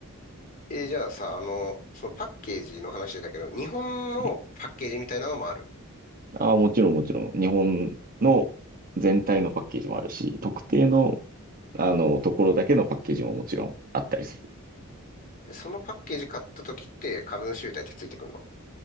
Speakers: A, on the left (about 40°); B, on the right (about 40°).
A: ええ、じゃあさ、あの、そのパッケージの話だけど、日本のパッケージみたいなのもある。
B: うん。ああ、もちろんもちろん。日本の全体のパッケージもあるし、特定の、あの、ところだけのパッケージももちろんあったりする。
A: で、そのパッケージ買った時って株主優待ってついてくるの